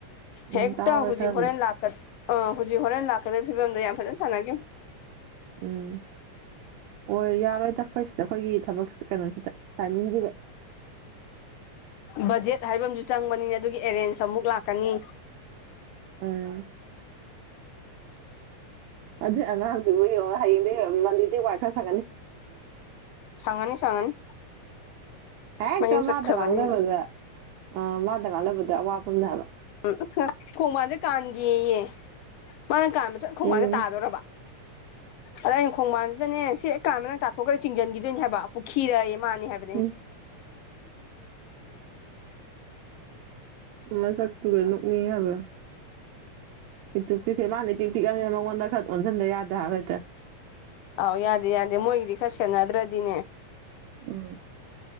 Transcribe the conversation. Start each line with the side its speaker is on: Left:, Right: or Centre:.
Right: ꯎꯝ
Left: ꯍꯦꯛꯇ
Right: ꯇꯥꯍꯧꯋꯦ
Left: ꯍꯧꯖꯤꯛ
Right: ꯈꯔꯕꯨꯗꯤ
Left: ꯍꯣꯔꯦꯟ ꯂꯥꯛꯀ ꯑ ꯍꯧꯖꯤꯛ ꯍꯣꯔꯦꯟ ꯂꯥꯛꯀꯗꯕꯩ ꯐꯤꯚꯝꯗ ꯌꯥꯝ ꯐꯖꯅ ꯁꯥꯟꯅꯒꯤ
Right: ꯎꯝ ꯑꯣꯏ ꯌꯥꯔꯣꯏꯗ ꯈꯣꯏꯁꯤꯗ ꯑꯩꯈꯣꯏꯒꯤ ꯊꯕꯛꯁꯤ ꯀꯩꯅꯣꯁꯤꯗ ꯇꯥꯏꯃꯤꯡꯁꯤꯗ
Left: ꯕꯖꯦꯠ ꯍꯥꯏꯕ ꯑꯃꯁꯨ ꯆꯪꯕꯅꯤ ꯑꯗꯨꯒꯤ ꯑꯦꯔꯦꯟꯖ ꯑꯃꯨꯛ ꯂꯥꯛꯀꯅꯤ
Right: ꯎꯝ ꯑꯗꯨꯏ ꯑꯉꯥꯡꯗꯨꯕꯨ ꯌꯦꯡꯉꯨꯅꯦ ꯍꯌꯦꯡꯗꯩ ꯃꯟꯗꯦꯗꯩ ꯋꯥꯏ ꯈꯔ ꯁꯪꯉꯅꯤ
Left: ꯁꯪꯉꯅꯤ ꯁꯪꯉꯅꯤ
Right: ꯍꯦꯛꯇ
Left: ꯃꯌꯨꯝ ꯆꯠꯈ꯭ꯔꯕꯅꯤꯅ
Right: ꯃꯥꯗ ꯉꯥꯡꯅꯕꯗ ꯑ ꯃꯥꯗ ꯉꯥꯡꯅꯕꯗ ꯑꯋꯥꯕ ꯑꯃꯅꯦꯕ
Left: ꯎꯝ ꯑꯁ ꯈꯣꯡꯕꯥꯟꯁꯦ ꯀꯥꯟꯒꯦꯌꯦ ꯃꯥꯅ ꯀꯥꯟꯕ ꯁꯣꯏ ꯈꯣꯡꯕꯥꯟꯗ
Right: ꯎꯝ
Left: ꯇꯥꯗꯣꯔꯕ ꯑꯗ ꯑꯩꯅ ꯈꯣꯡꯕꯥꯟꯁꯤꯗꯅꯦ ꯁꯤ ꯀꯥꯟꯕꯗ ꯅꯪ ꯇꯥꯊꯣꯛꯈ꯭ꯔꯗꯤ ꯆꯤꯡꯁꯤꯟꯈꯤꯗꯣꯏꯅꯤ ꯍꯥꯏꯕ ꯄꯨ꯭ꯈꯤꯔꯌꯦ ꯃꯥꯟꯅꯦ ꯍꯥꯏꯕ
Right: ꯎꯝ <inaudible> ꯃꯁꯛ ꯇꯨꯒ ꯅꯣꯛꯅꯤꯡꯉꯦ ꯍꯥꯏꯕ ꯄꯤꯛꯇ꯭ꯔꯨ ꯄꯤꯛꯈꯩ ꯃꯥꯅ ꯏꯄꯤꯛ ꯄꯤꯛꯑꯕꯅꯤꯅ ꯃꯉꯣꯟꯗ ꯈꯔ ꯑꯣꯟꯁꯤꯟꯗ ꯌꯥꯗꯦ ꯍꯥꯏꯕ ꯍꯦꯛꯇ
Left: ꯑꯧ ꯌꯥꯗꯦ ꯌꯥꯗꯦ ꯃꯣꯏꯒꯤꯗꯤ ꯈꯔ ꯁꯦꯟꯅꯗ꯭ꯔꯗꯤꯅꯦ
Right: ꯎꯝ